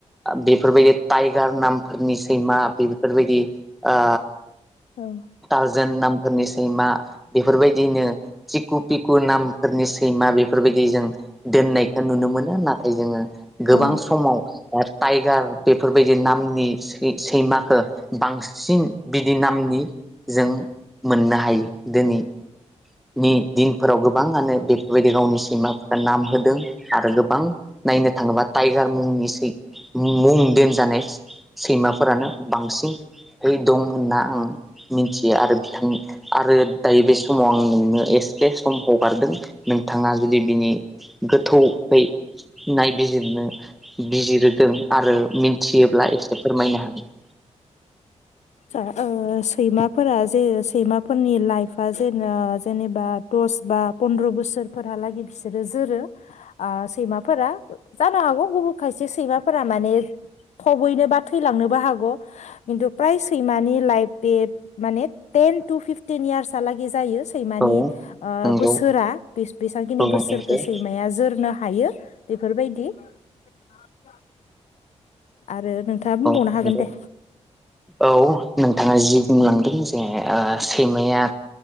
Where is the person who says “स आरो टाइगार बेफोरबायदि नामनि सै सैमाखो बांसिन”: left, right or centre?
Centre